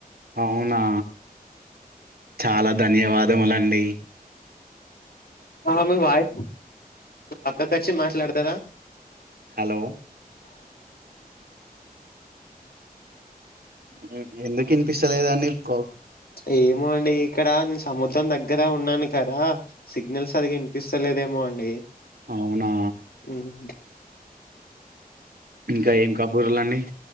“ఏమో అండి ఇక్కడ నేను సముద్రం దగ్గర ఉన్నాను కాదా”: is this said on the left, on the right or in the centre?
Left